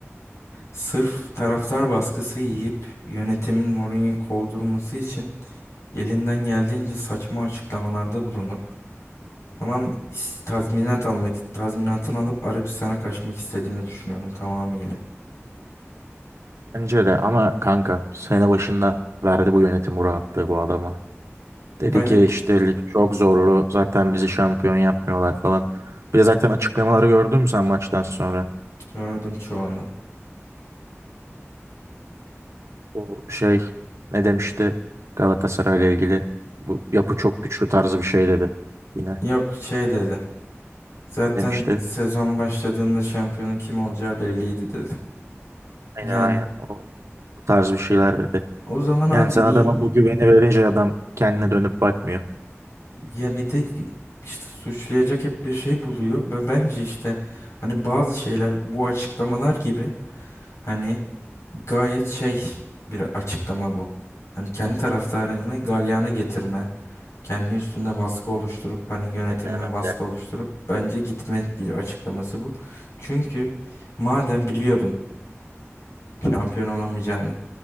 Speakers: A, on the left; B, on the right.
A: Sırf taraftar baskısı yiyip yönetimin Mourinho'yu kovdurması için elinden geldiğince saçma açıklamalarda bulunup tamam is- tazminat almak tazminatını alıp Arabistan'a kaçmak istediğini düşünüyorum tamamıyla.
B: Bence de ama kanka sene başında verdi bu yönetim bu rahatlığı bu adama. Dedi
A: Bence
B: ki işte lig çok zorlu. Zaten bizi şampiyon yapmıyorlar falan. Bir de zaten açıklamaları gördün mü sen maçtan sonra?
A: gördüm çoğunu.
B: O şey ne demişti Galatasaray'la ilgili? Bu yapı çok güçlü tarzı bir şey dedi. Yine
A: Yok şey dedi. Zaten
B: demişti.
A: sezon başladığında şampiyonun kim olacağı belliydi dedim.
B: Aynen
A: Yani
B: aynen o tarz bir şeyler dedi.
A: o zaman
B: Yani
A: abi
B: sen
A: niye
B: adama bu güveni verince adam kendine dönüp bakmıyor.
A: ya bir de işte suçlayacak hep bir şey buluyor ve bence işte hani bazı şeyler bu açıklamalar gibi hani gayet şey bir açıklama bu. Hani kendi taraftarını galyana getirme, kendi üstünde baskı oluşturup hani yönetime
B: Aynen
A: baskı
B: öyle.
A: oluşturup bence gitme bir açıklaması bu. Çünkü madem biliyordun şampiyon olamayacağını